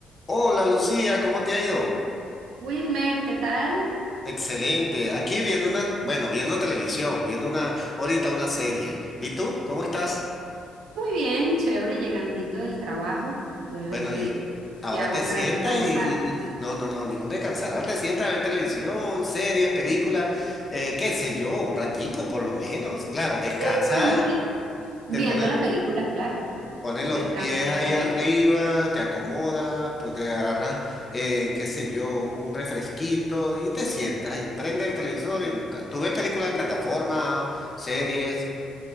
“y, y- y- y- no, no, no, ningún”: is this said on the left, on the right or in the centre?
Left